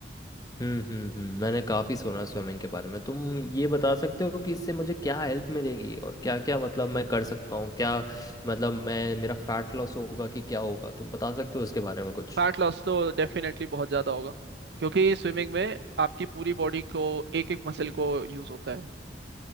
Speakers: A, on the left; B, on the right.
A: हम्म हम्म हम्म मैंने काफ़ी सुना स्विमिंग के बारे में तुम ये बता सकते हो कि इससे मुझे क्या हेल्प मिलेगी और क्या क्या मतलब मैं कर सकता हूँ क्या मतलब मैं मेरा फैट लॉस होगा कि क्या होगा तुम बता सकते हो इसके बारे में कुछ
B: फैट लॉस तो डेफिनेटली बहुत ज़्यादा होगा क्योंकि स्विमिंग में आपकी पूरी बॉडी को एक एक मसल को यूज़ होता है